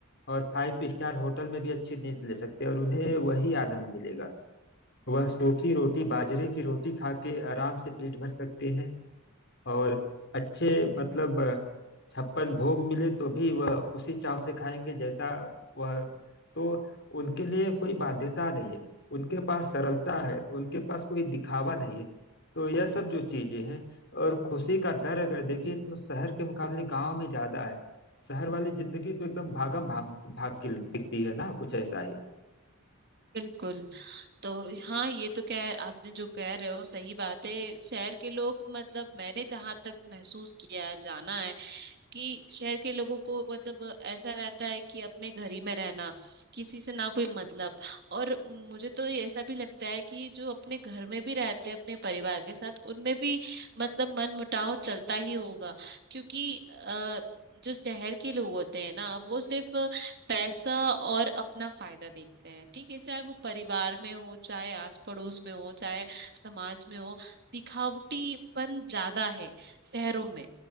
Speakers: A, on the left (about 50°); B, on the right (about 45°).
A: और फाइव स्टार होटल में भी अच्छी नींद ले सकते हैं और उन्हें वही आनंद मिलेगा वह सूखी रोटी बाजरे की रोटी खा के आराम से पेट भर सकते हैं और अच्छे मतलब छप्पन भोग मिले तो भी वह उसी चाव से खाएंगे जैसा वह तो उनके लिए कोई बाध्यता नहीं है उनके पास सरलता है उनके पास कोई दिखावा नहीं है तो यह सब जो चीजें हैं और खुशी का दर अगर देखें तो शहर के मुकाबले गांव में ज्यादा है शहर वाली जिंदगी तो एकदम भागम भाग भाग की दिखती है ना कुछ ऐसा ही
B: बिल्कुल तो हाँ ये तो कह आपने जो कह रहे हो सही बात है शहर के लोग मतलब मैंने जहां तक महसूस किया है जाना है कि शहर के लोगों को मतलब ऐसा रहता है कि अपने घर ही में रहना किसी से ना कोई मतलब और मुझे तो ये ऐसा भी लगता है कि जो अपने घर में भी रहते हैं अपने परिवार के साथ उनमें भी मतलब मन मुटाव चलता ही होगा क्योंकि अ, जो शहर के लोग होते हैं ना वो सिर्फ पैसा और अपना फायदा देखते हैं ठीक है चाहे वो परिवार में हो चाहे आस पड़ोस में हो चाहे समाज में हो दिखावटीपन ज्यादा है शहरों में